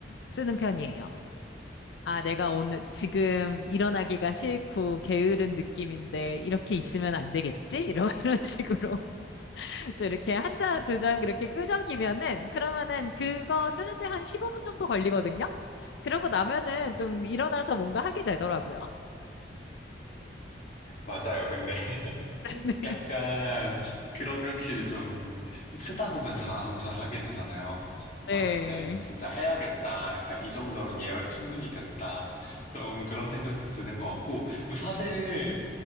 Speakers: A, on the left; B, on the left.
A: 쓰는 편이에요. 아, 내가 오늘 지금 일어나기가 싫고 게으른 느낌인데 이렇게 있으면 안 되겠지? 이런 <laughs> 이런 식으로 <laughs> 또 이렇게 한 자, 두 자 그렇게 끄적이면은 그러면은 그거 쓰는데 한 15분 정도 걸리거든요. 그러고 나면은 좀 일어나서 뭔가 하게 되더라고요.
B: 맞아요. 근데 <laughs>
A: <laughs>
B: 약간 그런 격실이 좀 쓰다 보면 자아성찰을 하게 되잖아요.
A: 네.
B: 아, 그래. 진짜 해야겠다. 약간 이 정도면 예열이 충분히 됐다. 좀 그런 생각도 드는 것 같고. 그리고 사실,